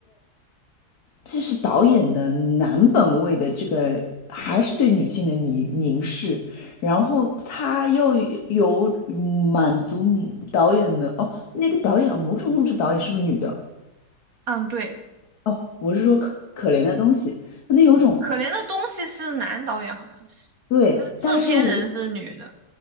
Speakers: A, on the left; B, on the right.
A: 这是导演的男本位的这个，还是对女性的凝凝视，然后他又有满足导演的，哦，那个导演啊某种物质导演是不是女的？
B: 嗯，对，
A: 哦，我是说可可怜的东西，那有种
B: 可怜的东西是男导演好像是，
A: 对，
B: 但是制片人是女的。
A: 但是我。